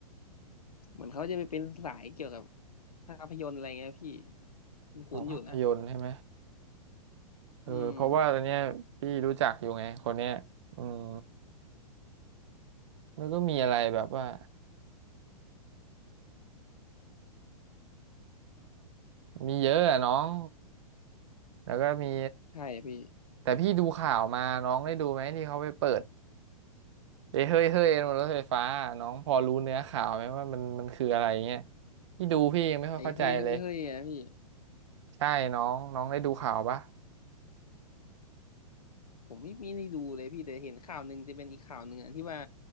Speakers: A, on the left; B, on the right.
A: เหมือนเขาจะไปเป็นสายเกี่ยวกับภาพยนตร์อะไรเงี้ยพี่คุ้นๆอยู่นะ
B: อ๋อภาพยนตร์ใช่ไหมเออเพราะว่าตอนเนี้ยพี่รู้จักอยู่ไงคนเนี้ยอืม
A: อืม
B: แล้วก็มีอะไรแบบว่ามีเยอะอะน้องแล้วก็มี
A: ใช่พี่
B: แต่พี่ดูข่าวมาน้องได้ดูไหมที่เขาไปเปิดเอ้ยเฮ้ยเฮ้ยบนรถไฟฟ้าน้องพอรู้เนื้อข่าวไหมว่ามันมันคืออะไรเงี้ยพี่ดูพี่ยังไม่ค่อยเข้าใจเลย
A: ไอ้เฮ้ยเฮ้ยเฮ้ยอะพี่
B: ใช่น้องน้องได้ดูข่าวปะ
A: ผมไม่ไมีได้ดูเลยพี่แต่เห็นข่าวหนึ่งจะเป็นอีกข่าวหนึ่งอะที่ว่า